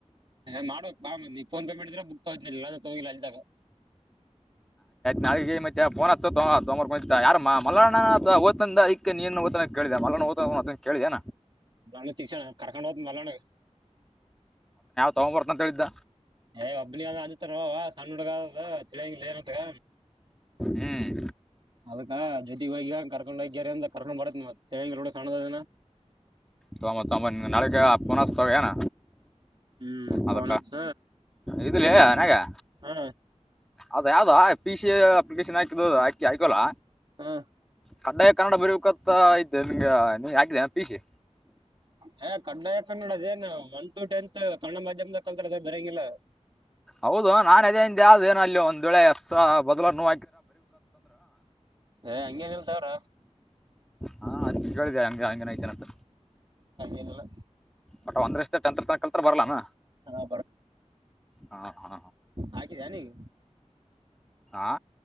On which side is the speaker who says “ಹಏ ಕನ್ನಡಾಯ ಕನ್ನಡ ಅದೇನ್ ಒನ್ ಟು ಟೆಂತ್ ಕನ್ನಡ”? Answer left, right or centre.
Right